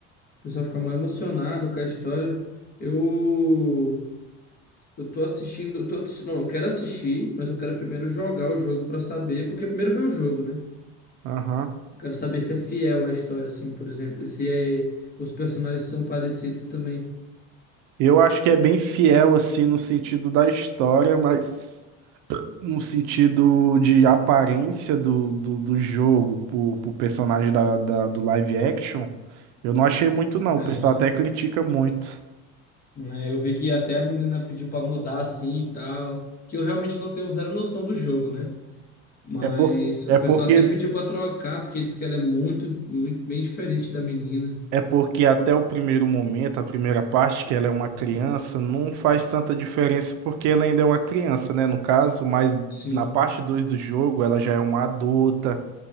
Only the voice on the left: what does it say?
pessoal fica mó emocionado com a história. Eu. Eu tô assistindo. eu Tô... assistindo- Não, eu quero assistir, mas eu quero primeiro jogar o jogo pra saber. Porque primeiro ver o jogo, né?
Eu quero saber se é fiel à história, assim, por exemplo. E se é... os personagens são parecidos também.
Diferente,
né?
né? Eu vi que até a menina pediu pra mudar assim e tal, que eu realmente não tenho zero noção do jogo, né? Mas
o
pessoal
até pediu pra trocar, porque diz que ela é muito, muito bem diferente da menina.
Sim,